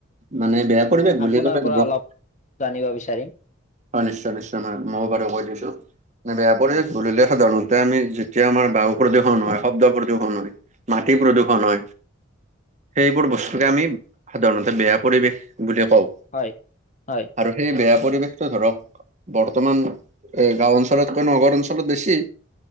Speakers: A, on the right; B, on the left.
A: মানে বেয়া
B: মই
A: পৰিৱেশ বুলি
B: আপোনাৰ
A: কলে
B: পৰা
A: ধৰক
B: অলপ জানিব বিচাৰিম
A: হয় নিশ্চয় নিশ্চয় মই মইয়ো বাৰু কৈ দিছো নে বেয়া পৰিৱেশ
B: হয়
A: বুলিলে সাধাৰণতে আমি যি তিয়া আমাৰ বায়ু প্ৰদূৰ্ষণ হয় শব্দ প্ৰদূৰ্ষণ হয় মাটি প্ৰদূৰ্ষণ হয় সেইবোৰ বস্তুকে আমি সাধাৰণতে বেয়া পৰিৱেশ বুলি কও
B: হয় হয়
A: আৰু এই বেয়া পৰিৱেশ টো ধৰক বৰ্তমান এ গাওঁ অঞ্চলতকৈ নগৰ অঞ্চলত বেছি